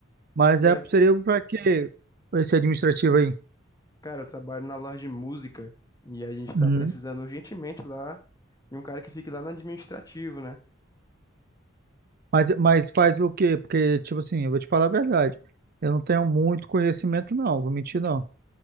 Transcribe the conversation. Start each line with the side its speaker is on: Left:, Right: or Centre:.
Right: Mas
Left: Né?
Right: é, seria pra quê? Pra Esse administrativo aí.
Left: Cara, eu trabalho na loja de música e a gente tá
Right: Uhum.
Left: precisando urgentemente lá de um cara que fique lá no administrativo, né?
Right: Mas, mas faz o quê? Porque, tipo assim, eu vou te falar a verdade. Eu não tenho muito conhecimento, não. Vou mentir, não.